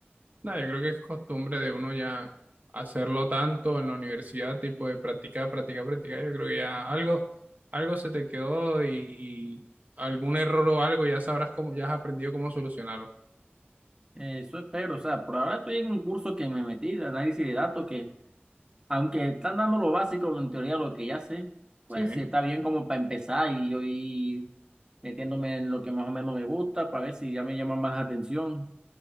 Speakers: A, on the right (about 45°); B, on the right (about 20°).
A: nada, yo creo que es costumbre de uno ya hacerlo tanto en la universidad, tipo de practicar, practicar, practicar. Yo creo que ya algo, algo se te quedó y, y algún error o algo ya sabrás cómo, ya has aprendido cómo solucionarlo.
B: Eso espero, o sea, por ahora estoy en un curso que me metí de análisis de datos que, aunque están dando lo básico, en teoría lo que ya sé,
A: Sí.
B: pues sí está bien como para empezar y yo ir metiéndome en lo que más o menos me gusta para ver si ya me llama más atención.